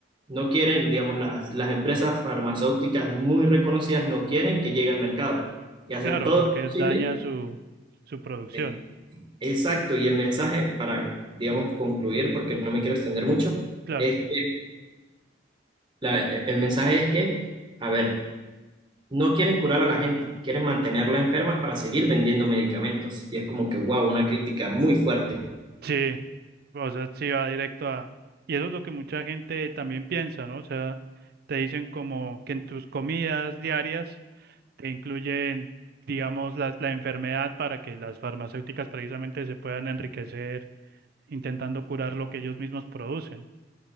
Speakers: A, on the right (about 25°); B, on the right (about 55°).
A: no quieren, digamos, las, las empresas farmacéuticas muy reconocidas no quieren que llegue al mercado y hacen
B: Claro,
A: todo
B: porque
A: lo posible.
B: daña su, su producción.
A: eh, exacto, y el mensaje para, digamos, concluir, porque no me quiero extender mucho,
B: Claro,
A: es que la- el mensaje es que, a ver, no quieren curar a la gente, quieren mantenerla enferma para seguir vendiendo medicamentos. Y es como que, wow, una crítica muy fuerte.
B: sí, o sea, sí va directo a... Y eso es lo que mucha gente también piensa, ¿no? O sea, te dicen como que en tus comidas diarias te incluyen, digamos, la, la enfermedad para que las farmacéuticas precisamente se puedan enriquecer intentando curar lo que ellos mismos producen.